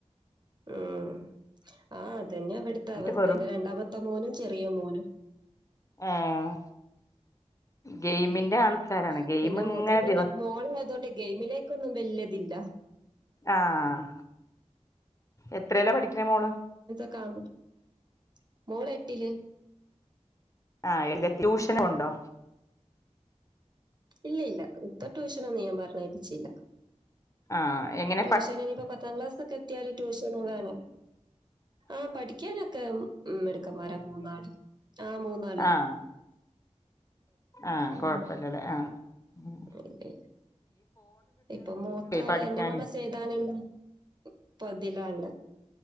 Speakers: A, on the right (about 35°); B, on the left (about 25°).
A: ഉം ആഹ് അതന്നാ ഇവിടുത്തെ
B: എന്നിട്ട്
A: അവസ്ഥ
B: വെറും
A: എന്റെ രണ്ടാമത്തെ മോനും ചെറിയ മോനും.
B: ഏഹ് ഗെയിമിന്റെ
A: ഉം
B: ആൾക്കാരാണ് ഗെയിം
A: പിന്നെ
B: ഇങ്ങനെ
A: മൂത്തത് പിന്നെ
B: ദിവസം
A: മോളായത്കൊണ്ട് ഗെയിമിലേക്കൊന്നും വല്യതില്ല.
B: ആഹ് എത്രലാ പഠിക്ണേ മോള്?
A: <unintelligible> മോൾ എട്ടിൽ.
B: ആഹ് എല്ലാ ട്യൂഷനും ഉണ്ടോ?
A: ഇല്ല ഇല്ല ഇപ്പോ ട്യൂഷനൊന്നും ഞാൻ പറഞ്ഞയപ്പിച്ചില്ല.
B: ആഹ് എങ്ങൻ
A: ട്യൂഷന് ഇനിയിപ്പോ പത്താം ക്ലാസ്ക്കെ എത്തിയാല് ട്യൂഷനും വേണല്ലോ. ആഹ് പഠിക്കാനൊക്കെ മിടുക്കൻമാര മൂന്നാളും ആഹ് മൂന്നാളും.
B: ആഹ് ആഹ്
A: ഉം,
B: കൊഴപ്പല്ലല്ലേ ആഹ് ഉം
A: ഇല്ല ഇല്ല ഇപ്പൊ മൂത്താള്
B: പഠിക്കാന്
A: എൻഎം മ്മ് സ് എയ്താനുള്ളപ്പോ ഇതിൽ ആണ്.